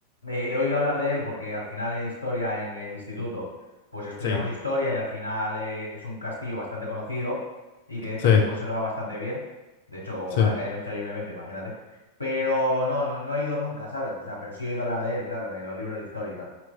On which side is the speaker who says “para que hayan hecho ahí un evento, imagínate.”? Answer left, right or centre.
Left